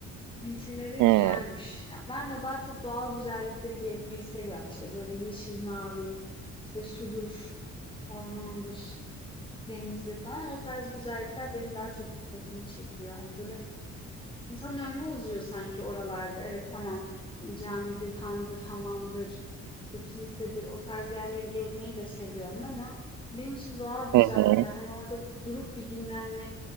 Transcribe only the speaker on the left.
ilçeleri
güzelmiş. Yani ben de daha çok doğal güzellikleri gezmeyi seviyorum. İşte, böyle yeşil, mavi, işte, sudur, ormandır, denizdir falan. O tarz güzellikler benim daha çok dikkatimi çekiyor. Hani, böyle İnsanın ömrü uzuyor sanki oralarda. Evet tamam camidir, handır, hamamdır, işte kilisedir o tarz yerleri gezmeyi de seviyorum ama benim için doğal güzellikler
hani orada durup bir dinlenmek,